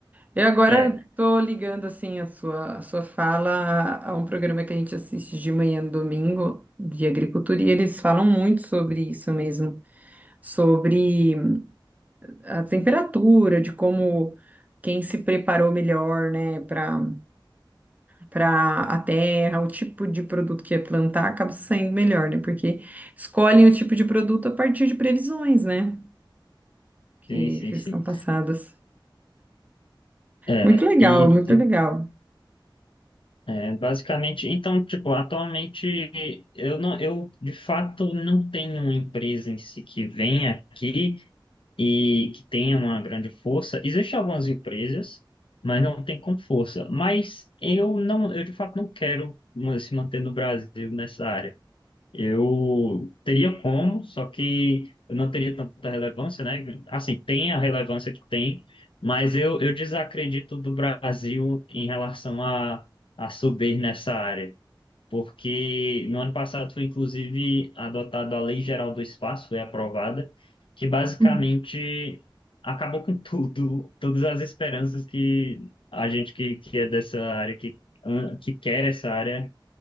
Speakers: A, on the right (about 20°); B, on the left (about 85°).
A: eu agora
B: É,
A: tô ligando assim a sua, a sua fala a a um programa que a gente assiste de manhã no domingo de agricultura e eles falam muito sobre isso mesmo, sobre a temperatura, de como quem se preparou melhor, né, para para a terra, o tipo de produto que ia plantar acaba saindo melhor, né? Porque escolhem o tipo de produto a partir de previsões, né, que,
B: sim, sim,
A: que
B: sim.
A: são passadas.
B: É,
A: Muito legal,
B: e
A: muito legal.
B: É, basicamente, então, tipo, atualmente eu não, eu de fato não tenho uma empresa em si que vem aqui e que tenha uma grande força. Existem algumas empresas, mas não tem com força. Mas eu não, eu de fato não quero ma- se manter no Brasil nessa área. Eu teria como, só que eu não teria tanta relevância, né? Assim, tem a relevância que tem, mas eu, eu desacredito do Brasil em relação a, a subir nessa área. Porque no ano passado foi inclusive adotada a Lei Geral do Espaço, foi aprovada, que basicamente
A: Uhum.
B: acabou com <laughs> tudo, todas as esperanças que a gente que, que é dessa área, que, que quer essa área